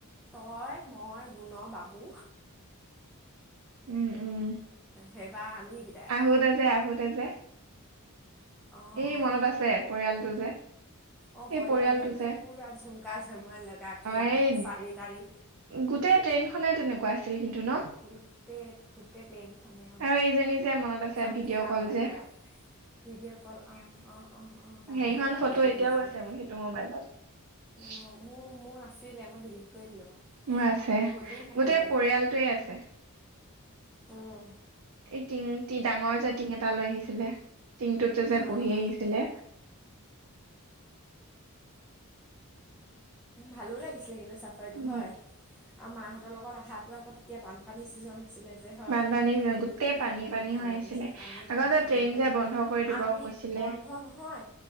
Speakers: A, in the centre; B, on the right.
A: তই মই গুণ বাবু।
B: উম উম।
A: সেইবাৰ। আমিকেইটাই
B: আহোত যে আহোতে যে।
A: অঁ
B: এই মনত আছে পৰিয়ালটো যে।
A: অ
B: সেই
A: পৰিয়ালটো একদম
B: যে
A: পুৰা ঝুমকা ঝম লগ কে
B: অ
A: একদম
B: এই
A: চাৰি তাৰি।
B: গোটেই ট্ৰেইনখনে তেনেকুৱা আছিল কিন্তু নহ।
A: গোটেই গোটেই। ট্ৰেইনখনে অঁ
B: আৰু এইজনী যে মনত আছে
A: চমকিলা
B: ভিডিঅ' কল
A: মানে
B: যে।
A: পূৰা ভিডিঅ' কল অ', অ', অ', কাৰবাৰ
B: সেইখন
A: লগ যে পাতি-পাতি
B: ফটো এতিয়াও
A: আহিছিলে।
B: আছে মোৰ সেইটো মোবাইলত <inaudible>
A: অঁ মোৰ মোৰ আছিলে মই ডিলিট কৰি দিলোঁ আৰু
B: মোৰ আছে।
A: বহুত
B: গোটেই
A: দিন থাকিলে
B: পৰিয়ালটোৱে আছে।
A: উম।
B: এই টিং টি ডাঙৰ যে টিং এটা লৈ আহিছিলে টিংটোতে যে
A: অঁ
B: বহি
A: অঁ
B: আহিছিলে।
A: ভালো লাগিছিলে কিন্তু চাফাৰটো।
B: উম
A: হয়, আৰু মাহঁতৰ লগত আহাটো আকৌ তেতিয়া বানপা ডিচিজন আাছিলে যে। হয়,
B: বানপানী গোটেই
A: উম
B: পানী
A: বহুত
B: পানী
A: ভাল
B: হৈ
A: লাগিছিলে।
B: আহিছিলে
A: পানী
B: আকৌ
A: পানী
B: যে
A: পানী
B: ট্ৰেইন
A: পানী।
B: যে বন্ধ কৰি দিব
A: আমি
B: কৈছিলে
A: বন্ধ নহয়